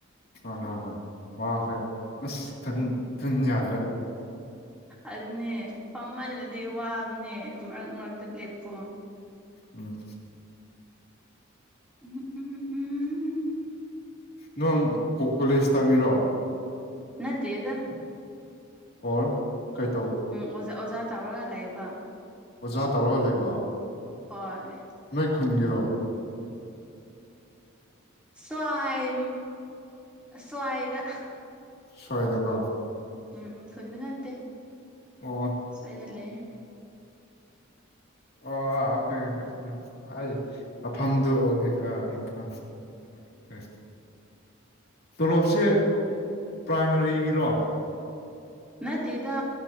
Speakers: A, on the left; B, in the centre.
A: ꯑꯍꯥ ꯍꯥ ꯋꯥꯈ꯭ꯔꯦ ꯑꯁ ꯊꯤꯟ ꯌꯥꯗ꯭ꯔꯦ
B: ꯑꯗꯨꯅꯦ ꯄꯃꯜꯂꯗꯤ ꯋꯥꯕꯅꯦ ꯃꯔꯛ ꯃꯔꯛꯇ ꯂꯦꯞꯄꯣ
A: ꯎꯝ
B: ꯎꯝꯝ ꯎꯝ ꯎꯝ ꯎꯝ ꯎꯝ ꯎꯝ ꯎꯝ
A: ꯅꯪ ꯀꯣꯂꯦꯖ ꯇꯝꯃꯤꯔꯣ
B: ꯅꯠꯇꯦꯗ
A: ꯑꯣꯔ ꯀꯩ ꯇꯧ
B: ꯎꯝꯖ ꯑꯣꯖꯥ ꯇꯧꯔꯒ ꯂꯩꯕ
A: ꯑꯣꯖꯥ ꯇꯧꯔ ꯂꯩꯕ
B: ꯍꯣꯏ
A: ꯅꯣꯏ ꯈꯨꯟꯒꯤꯔꯣ
B: ꯁ꯭ꯋꯥꯏ ꯁ꯭ꯋꯥꯏꯗ
A: ꯁꯣꯏꯗꯀꯣ
B: ꯎꯝ ꯈꯨꯟꯗ ꯅꯠꯇꯦ
A: ꯑꯣ
B: ꯁꯣꯏꯗ ꯂꯩꯦ
A: ꯑꯣ ꯑꯥ ꯑꯣꯀꯦ ꯑꯣꯀꯦ ꯑꯩ ꯃꯐꯝꯗꯨꯦ ꯑꯥ ꯏꯝꯐꯥꯜ ꯑꯦ ꯇꯣꯂꯣꯞꯁꯦ ꯄ꯭ꯔꯥꯏꯃꯥꯔꯤꯒꯤꯔꯣ
B: ꯅꯠꯇꯦꯗ